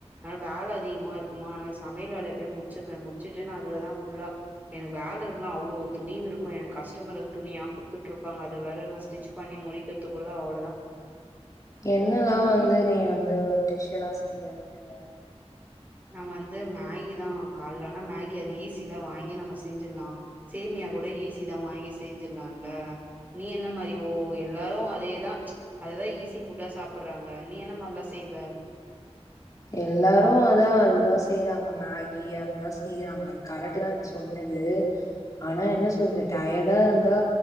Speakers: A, on the right (about 15°); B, on the left (about 30°).
A: அ வேல அதிகமா இருக்குமா அனால சமையல் வேலைய போய் முடிச்சிருவே முடிச்சிட்டு நா அதுலதா ஃபுல்லா எனக்கு வேல்ருக்குனு அவ்ளோ துணிவு இருக்கு எனக் கஸ்டமர் வந் துணியா குட்த்துட்ருப்பாங்க அத வேற நா ஸ்டிச் பண்ணி முடிக்கத்துக்குள்ள அவ்வளொதா
B: என்னலா வந்து நீ வந்து டிஷ் எல்லா செய்வ வீட்ல
A: நா வந்து மேகி தா கால்லனா மேகி அது ஈஸில வாங்கி நம்ம செஞ்சிட்லா சேமியா கூட ஈஸி தா வாங்கிஸ் செஞ்சிட்லால்ல நீ என்ன மாரி ஓ எல்லாரு அதேதா அததா ஈஸி ஃபுட்டா சாப்புட்றாங்க நீ என்ன மார்லா செய்வ
B: எல்லாரு அதா அதுதா செய்றாங்க மேகி அதுதா செய்றாங்க அது கரெட்டுதா நீ சொன்னது ஆனா என்ன சொல்து டயர்டா இருந்தா